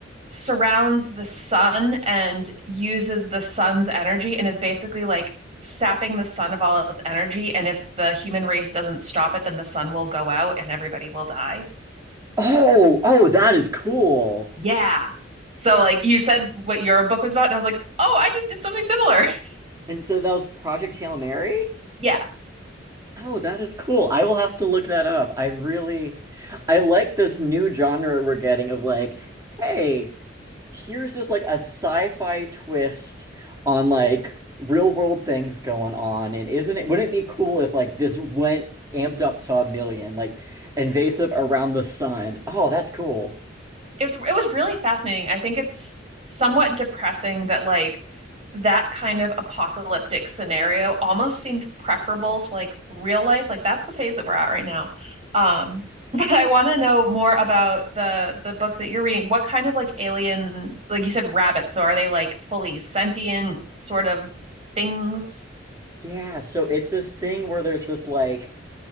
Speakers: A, on the right (about 35°); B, on the right (about 15°).
A: surrounds the sun and uses the sun's energy and is basically like sapping the sun of all its energy. And if the human race doesn't stop it, then the sun will go out and everybody will die.
B: Oh, oh, that is cool.
A: Yeah. So like you said what your book was about, and I was like, oh, I just did something similar. <laughs>
B: And so that was Project Hail Mary?
A: Yeah.
B: Oh, that is cool. I will have to look that up. I really I like this new genre we're getting of like, hey, here's just like a sci-fi twist on like real world things going on. And isn't it wouldn't it be cool if like this went amped up to a million, like invasive around the sun? Oh, that's cool.
A: it's it was really fascinating. I think it's somewhat depressing that like that kind of apocalyptic scenario almost seemed preferable to like real life. Like that's the phase that we're at right now. Um, <laughs> but I want to know more about the the books that you're reading. What kind of like alien, like you said, rabbits? So are they like fully sentient sort of things?
B: Yeah, so it's this thing where there's this like